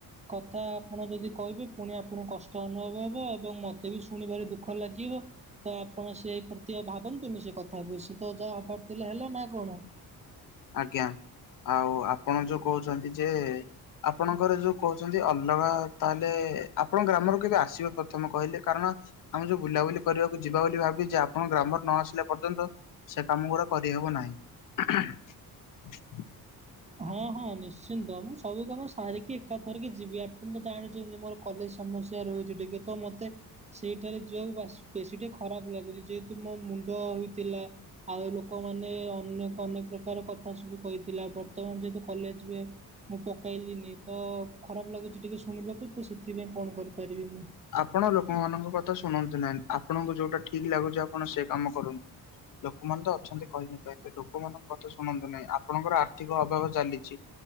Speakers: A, on the right; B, on the left.
A: କଥା ଆପଣ ଯଦି କହିବେ ପୁଣି ଆପଣଙ୍କୁ କଷ୍ଟ ଅନୁଭବ ହବ ଏବଂ ମତେ ବି ଶୁଣିବାରେ ଦୁଃଖ ଲାଗିବ। ତ ଆପଣ ସେ ପ୍ରତିୟ ଆଉ ଭାବନ୍ତୁନି ସେ କଥାକୁ ସେ ତ ଯାହା ହବାର ଥିଲା ହେଲା ନା କଣ?
B: ଆଜ୍ଞା ଆଉ ଆପଣ ଯୋଉ କହୁଛନ୍ତି ଯେ ଆପଣଙ୍କର ଯୁ କହୁଛନ୍ତି ଅଲଗା ତାହାଲେ ଆପଣ ଗ୍ରାମରୁ କେବେ ଆସିବେ ପ୍ରଥମେ କହିଲେ କାରଣ ଆମେ ଯୁ ବୁଲାବୁଲି କରିବାକୁ ଯିବା ବୋଲି ଭାବିଚେ ଆପଣ ଗ୍ରାମରୁ ନ ଆସିଲା ପର୍ଯ୍ୟନ୍ତ ସେ କାମ ଗୁଡା କରିହେବ ନାହିଁ। <unintelligible>
A: ହଁ ହଁ ନିଶ୍ଚିନ୍ତ ମୁଁ ସବୁ କାମ ସାରିକି ଏକାଥରକେ ଯିବି ଆ ଜାଣିଛନ୍ତି ମୋର କଲେଜ ସମସ୍ୟା ରହୁଚି ଟିକେ ତ ମତେ ସେଇଠାରେ ଯିବାକୁ ବାସ୍ ବେଶୀ ଟିକେ ଖରାପ ଲାଗୁଚି ଯେହେତୁ ମୋ ମୁଣ୍ଡ ହୋଇଥିଲା ଆଉ ଲୋକମାନେ ଅନେକ ଅନେକ ପ୍ରକାର କଥା ସବୁ କହିଥିଲା ବର୍ତ୍ତମାନ ଯେହେତୁ କଲେଜ ହୁଏ ମୁଁ ପକାଇଲିିନି ତ ଖରାପ ଲାଗୁଚି ଟିକେ ଶୁଣିବାକୁ ତ ସେଥିପାଇଁ କଣ କରିପାରିବି?
B: ଆପଣ ଲୋକମାନଙ୍କ କଥା ଶୁଣନ୍ତୁ ନାହିଁ ଆପଣଙ୍କୁ ଯୋଉଟା ଠିକ୍ ଲାଗୁଚି ଆପଣ ସେ କାମ କରନ୍ତୁ। ଲୋକମାନେ ତ ଅଛନ୍ତି କହିବା ପାଇଁ ତ ଲୋକମାନଙ୍କ କଥା ଶୁଣନ୍ତୁ ନାହିଁ ଆପଣଙ୍କର ଆର୍ଥିକ ଅଭାବ ଚାଲିଚି।